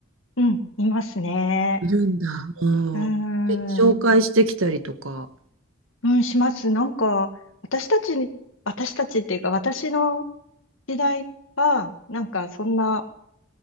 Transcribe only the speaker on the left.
うん、いますね。
うー
ん、うん、します。なんか、私たちに、私たちっていうか私の時代は、なんかそんな、